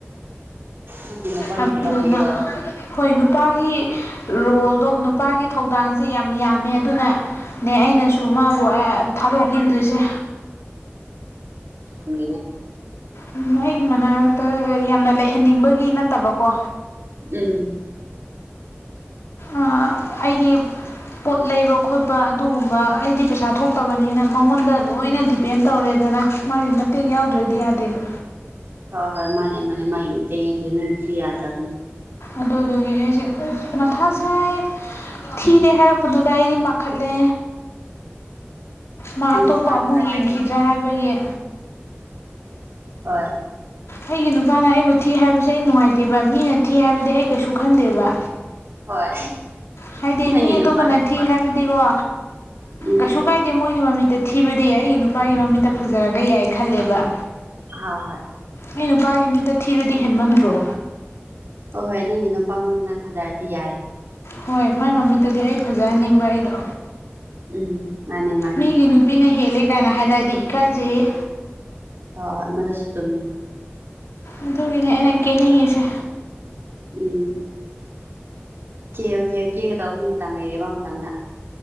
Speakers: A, on the right (about 55°); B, on the left (about 75°).
A: ꯅꯪꯒꯤ ꯅꯨꯄꯥꯅꯁꯨ
B: ꯑꯗꯨꯗꯨꯅ
A: ꯇꯧꯕꯤꯒꯗꯧꯕꯅꯦ
B: ꯍꯣꯏ ꯅꯨꯄꯥꯏ ꯒꯤ ꯔꯣꯜꯗꯣ ꯅꯨꯄꯥꯒꯤ ꯊꯧꯗꯥꯡꯁꯦ ꯌꯥꯝ ꯌꯥꯝꯃꯦ ꯑꯗꯨꯅ ꯅꯦ ꯑꯩꯅꯁꯨ ꯃꯥꯕꯨ ꯑꯦ ꯊꯗꯣꯛꯅꯤꯡꯗ꯭ꯔꯤꯁꯦ
A: ꯃꯤꯅꯦ
B: ꯎꯝ ꯑꯩꯒꯤ ꯃꯅꯥꯛꯇ ꯌꯥꯝꯅ ꯂꯩꯍꯟꯅꯤꯡꯕꯒꯤ ꯅꯠꯇꯕꯀꯣ
A: ꯎꯝ
B: ꯑꯥ ꯑꯩꯒꯤ ꯄꯣꯠ ꯂꯩꯕ ꯈꯣꯠꯄ ꯑꯗꯨꯒꯨꯝꯕ ꯑꯩꯗꯤ ꯄꯩꯁꯥ ꯊꯣꯛꯇꯕꯅꯤꯅ ꯃꯉꯣꯟꯗ ꯂꯣꯏꯅ ꯗꯤꯄꯦꯟ ꯇꯧꯔꯦ ꯗꯅ ꯃꯥꯏ ꯃꯇꯦꯡ ꯌꯥꯎꯗ꯭ꯔꯗꯤ ꯌꯗꯦꯕ
A: ꯍꯣꯏ ꯍꯣꯏ ꯃꯥꯅꯦ ꯃꯥꯅꯦ ꯃꯒꯤ ꯃꯇꯩ ꯅꯤꯗꯁꯨ ꯌꯥꯗ꯭ꯔꯕꯅꯤ
B: ꯑꯗꯨꯗꯨꯒꯤ ꯑꯩꯁꯦ ꯃꯊꯥ ꯁꯥꯢ ꯊꯤꯔꯦ ꯍꯥꯏꯔꯛꯄꯗꯨꯗ ꯑꯩꯁꯦ ꯄꯥꯈꯠꯂꯦ
A: <inaudible>
B: ꯃꯥ ꯑꯇꯣꯞꯄ
A: ꯁꯥꯒꯅꯨꯗ
B: ꯑꯃꯨꯛ ꯌꯦꯡꯈꯤꯗ꯭ꯔꯥ
A: ꯀꯥꯏꯗꯦꯗ
B: ꯍꯥꯏꯕꯒꯤ
A: ꯍꯣꯏ
B: ꯑꯩꯒꯤ ꯅꯨꯄꯥꯅ ꯑꯩꯕꯨ ꯊꯤ ꯍꯥꯏꯕꯁꯦ ꯑꯩ ꯅꯨꯡꯉꯥꯏꯇꯦꯕ ꯃꯤꯅ ꯊꯤ ꯍꯥꯏꯕꯗꯤ ꯑꯩ ꯀꯩꯁꯨ ꯈꯟꯗꯦꯕ
A: ꯍꯣꯏ
B: ꯍꯥꯏꯗꯤ
A: ꯅꯪꯒꯤ
B: ꯃꯤ
A: ꯅꯨꯄꯥ
B: ꯑꯇꯣꯞꯄꯅ ꯊꯤ ꯍꯥꯏꯕꯗꯤꯀꯣ
A: ꯎꯝ
B: ꯀꯩꯁꯨ ꯀꯥꯏꯗꯦ ꯃꯣꯏꯒꯤ ꯃꯃꯤꯠꯇ ꯊꯤꯕꯗꯤ ꯑꯩꯒꯤ ꯅꯨꯄꯥꯒꯤ ꯃꯃꯤꯠꯇ ꯐꯖꯔꯒ ꯌꯥꯏ ꯈꯜꯂꯦꯕ
A: ꯍ ꯍꯣꯏ
B: ꯑꯩ ꯅꯨꯄꯥꯒꯤ ꯃꯤꯠꯇ ꯊꯤꯔꯗꯤ ꯍꯦꯟꯃꯟꯗ꯭ꯔꯣ
A: ꯍꯣꯏ ꯍꯣꯏ ꯅꯪꯒꯤ ꯅꯨꯄꯥꯉꯣꯟꯗ ꯅꯪ ꯐꯖꯔꯗꯤ ꯌꯥꯔꯦ
B: ꯍꯣꯏ ꯃꯥꯏ ꯃꯃꯤꯠꯇꯗꯤ ꯑꯩ ꯐꯖꯍꯟꯅꯤꯡꯕ ꯑꯩꯗꯣ
A: ꯎꯝ ꯃꯥꯅꯦ ꯃꯥꯅꯦ
B: ꯃꯤꯒꯤ ꯅꯨꯄꯤꯅ ꯍꯦꯜꯂꯦ ꯀꯥꯏꯅ ꯍꯥꯏꯔꯗꯤ ꯏꯀꯥꯏꯖꯩꯌꯦ
A: ꯍꯣꯢ ꯍꯣꯏ ꯑꯃꯗꯁꯨ ꯆꯨꯝꯃꯤ
B: ꯑꯗꯨꯒꯤꯅꯦ ꯑꯩꯅ ꯀꯦꯅꯤꯡꯉꯤꯁꯦ
A: ꯎꯝ ꯀꯦ ꯑꯣ ꯀꯦ ꯀꯦꯒꯗꯧꯕꯅꯤ ꯃꯇꯝ ꯂꯩꯔꯕ ꯃꯇꯝꯗ